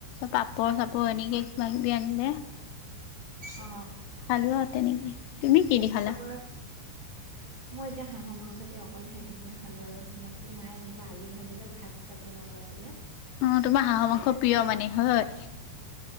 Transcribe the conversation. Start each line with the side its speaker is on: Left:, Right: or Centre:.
Left: পাপৰ চাপৰ এনেকে কিবা কিবি আনিলে।
Right: অ।
Left: খালোঁ আৰু তেনেকে। তুমি কি দি খালা
Right: চবৰে
Left: <unintelligible>
Right: মই এতিয়া হাঁহৰ মংস দি অকলে সেইটো দিয়ে খালো আৰু বাকী মায়ে যেনিবা আলু ভাজিলে ভাত চাট বনাব আছিলে।
Left: মোৰ তোমাৰ হাঁহৰ মাংস প্ৰিয় মানে হয়।